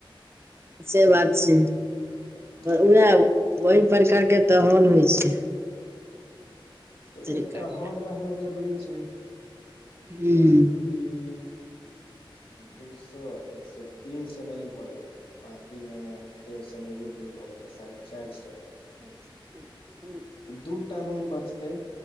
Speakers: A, on the right (about 30°); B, on the left (about 85°).
A: से बात छै
B: हँ
A: उएह ओहि प्रकारके तऽ हल होइ छै
B: तऽ
A: तरीका
B: एकटा
A: के
B: हॉल रहनाइ जरूरी छै
A: हुॅं
B: तऽ ई दू सौ एक सए तीन सए मे ई भए गेल बाकी में डेढ़ सौ मे एगो दूर भऽ गेलै साढ़े चैर सौ
A: <inaudible>
B: दू टा रूम बचतै